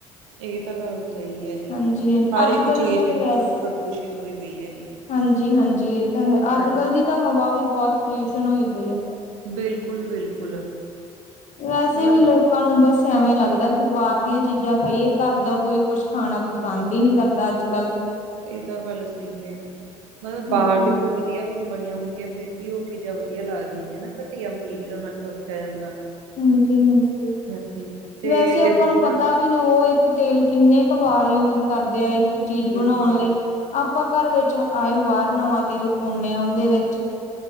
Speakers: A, on the right (about 70°); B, on the left (about 45°).
A: ਇਹ ਤਾਂ ਗੱਲ ਸਹੀ ਹੈ, ਜੀ
B: ਹਾਂਜੀ ਹਾਂਜੀ
A: ਹਰ
B: ਅੱਜ
A: ਇੱਕ
B: ਕੱਲ੍ਹ
A: ਚੀਜ਼
B: ਦੀ ਤੇ
A: ਮਤਲਬ
B: ਵੈਸੇ
A: ਪ੍ਰਦੂਸ਼ਿਤ ਹੋਈ ਪਈ ਹੈ ਜੀ
B: ਹਾਂਜੀ- ਹਾਂਜੀ ਇਹ ਤਾਂ ਹੈ, ਅੱਜ
A: ਹਾਂ
B: -ਕੱਲ੍ਹ ਦੀ ਤਾਂ ਹਵਾ ਵੀ ਬਹੁਤ ਪੋਲਿਊਸ਼ਨ ਹੋਈ ਪਈ ਹੈ।
A: ਬਿਲਕੁਲ -ਬਿਲਕੁਲ
B: ਵੈਸੇ
A: ਮਤਲਬ
B: ਵੀ ਲੋਕ ਲੋਕਾਂ ਨੂੰ ਬਸ ਐਵੇਂ ਲੱਗਦਾ, ਕਿ ਬਾਹਰ ਦੀਆਂ ਚੀਜ਼ਾਂ ਖਾਈਏ ਘਰ ਦਾ ਕੋਈ ਕੁਛ ਖਾਣਾ ਪਸੰਦ ਹੀ ਨਹੀਂ ਕਰਦਾ ਅੱਜ- ਕੱਲ।
A: ਇਹ ਤਾਂ ਗੱਲ ਸਹੀ ਹੈ, ਜੀ ਮਤਲਬ
B: ਹਾਂਜੀ
A: ਬਾਹਰ ਦੇਖੋ। ਵਧੀਆ ਵੀ ਨਹੀਂ ਬਣੀਆਂ ਹੁੰਦੀਆਂ, ਫੇਰ ਵੀ ਉਹ ਚੀਜ਼ਾਂ ਵਧੀਆ ਲੱਗਦੀਆਂ ਨੇ ਹਨਾ ਘਟੀਆ ਮਟੀਰੀਅਲ ਉਹਨਾਂ ਚ ਵਰਤਿਆ ਜਾਂਦਾ।
B: ਹਾਂਜੀ- ਹਾਂਜੀ
A: ਹਾਂਜੀ। ਤੇ
B: ਵੈਸੇ ਆਪਾਂ
A: ਦੇਖੋ
B: ਨੂੰ ਪਤਾ
A: ਨਾ
B: ਨ ਉਹ ਇੱਕ ਤੇਲ ਕਿੰਨੇ ਕੁ ਵਾਰ ਯੂਜ ਕਰਦੇ ਆ ਇੱਕ ਚੀਜ਼
A: ਬਿਲਕੁਲ
B: ਬਣਾਉਣ ਲਈ। ਆਪਾਂ ਘਰ ਵਿੱਚ ਆਏ ਬਾਹਰ ਨਵਾਂ ਤੇਲ ਪਾਉਂਦੇ ਹਾਂ ਉਹਦੇ ਵਿੱਚ।